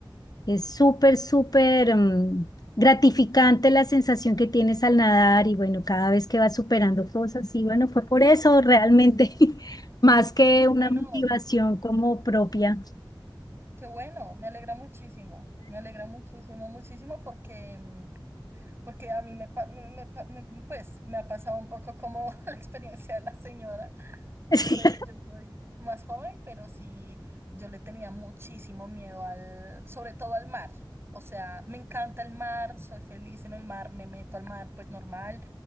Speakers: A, on the left (about 50°); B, on the right (about 30°).
A: es súper, súper mm, gratificante la sensación que tienes al nadar y bueno, cada vez que vas superando cosas y bueno, fue por eso realmente, <laughs> más que una
B: Bueno.
A: motivación como propia.
B: Qué bueno, me alegra muchísimo, me alegra muchísimo, muchísimo porque, mm, porque a mí me, pa- me, pa- me- pues, me ha pasado un poco como <laughs> la experiencia de la señora. Yo
A: <laughs>
B: soy, yo soy más joven, pero sí, yo le tenía muchísimo miedo al, sobre todo al mar. O sea, me encanta el mar, soy feliz en el mar, me meto al mar, pues normal,